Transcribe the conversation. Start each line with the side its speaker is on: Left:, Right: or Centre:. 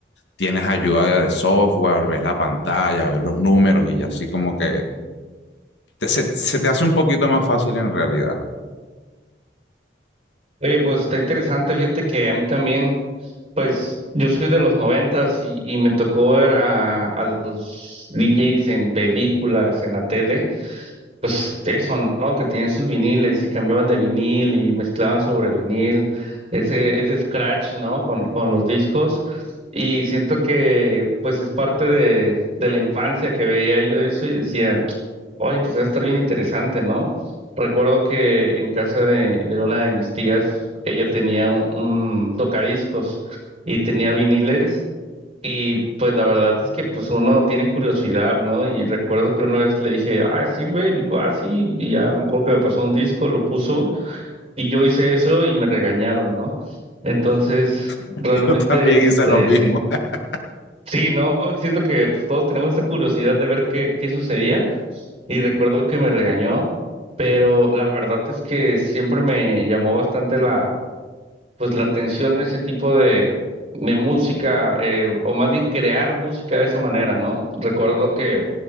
Left: tienes ayuda de software, ves la pantalla, ves los números y así como que te- se, se te hace un poquito más fácil en realidad.
Right: Oye, pues está interesante, fíjate que a mí también, pues, yo soy de los noventas y, y me tocó ver a, a los DJs en películas, en la tele. pues eso, ¿no? Que tenían sus viniles y cambiaban de vinil y mezclaban sobre vinil, ese, ese scratch, ¿no? Con, con los discos. Y siento que pues es parte de, de la infancia que veía yo eso y decía, oye, pues va a estar bien interesante, ¿no? Recuerdo que en casa de, de una de mis tías, ella tenía un, un tocadiscos y tenía viniles. Y pues la verdad es que pues uno tiene curiosidad, ¿no? Y recuerdo que una vez le dije, ah, sirve, y me dijo, ah, sí, y ya me acuerdo que me pasó un disco, lo puso, y yo hice eso y me regañaron, ¿no? Entonces,
Left: <laughs>
Right: realmente,
Left: Yo también
Right: este,
Left: hice lo mismo.
Right: sí,
Left: <laughs>
Right: sí, ¿no? Siento que pues todos tenemos esa curiosidad de ver qué, qué sucedía, y recuerdo que me regañó, pero la verdad es que siempre me llamó bastante la pues la atención a ese tipo de, de música, eh, o más bien crear música de esa manera, ¿no? Recuerdo que,